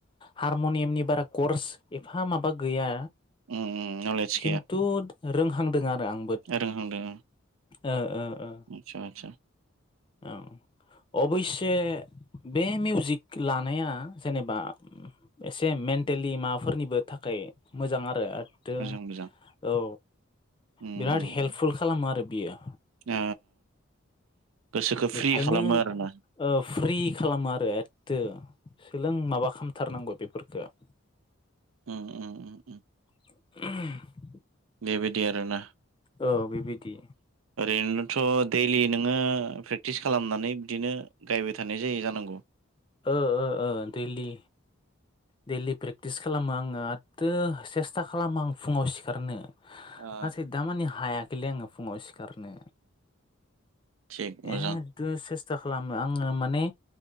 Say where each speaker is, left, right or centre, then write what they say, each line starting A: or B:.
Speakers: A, on the left (about 25°); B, on the right (about 75°).
A: हारमनियामनि बारा कर्स एफा माबा गैया।
B: उम उम नलेज
A: किन्थु रोंहांदो आरो आं।
B: रोहांदों ओं।
A: ओ ओ ओ।
B: आतसा आतसा।
A: औ अबयसे बे मिउजिक लानाया जेनेबा। एसे मेन्टेलि माबाफोरनिबो थाखै। मोजां आरो एददो
B: मोजां मोजां
A: औ
B: उम
A: बिराद
B: उम
A: हेल्प फुल खालामो आरो बियो।
B: ओ गोसोखौ
A: बिखायनो
B: फ्रि खालामो आरोना
A: ओ फ्रि खालामो आरो एदे सोलों माबा खालामथारनांगौ बेफोरफोरखो
B: उम उम
A: <unintelligible>
B: बेबायदि आरोना।
A: औ बे बिदि।
B: ओरैनोथ' दैलि नोङो प्रेक्टिस खालामनानै बिदिनो गायबाय थानाय जायो जानांगौ।
A: ओ ओ ओ दैलि दैलि प्रेक्टिस खालामो आङो आथो सेस्था खालामो आं फुङाव सिखारनो।
B: ओ
A: आंसो दामानि हायाखैलै आङो फुङाव सि खारनो
B: थिग मोजां
A: एदो सेस्था खालामो आङो माने